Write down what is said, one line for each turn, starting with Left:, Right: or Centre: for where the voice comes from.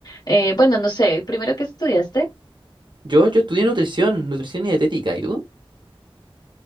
Left: eh, bueno, no sé, primero que estudiaste.
Right: Yo, yo estudié nutrición, nutrición y dietética, ¿y tú?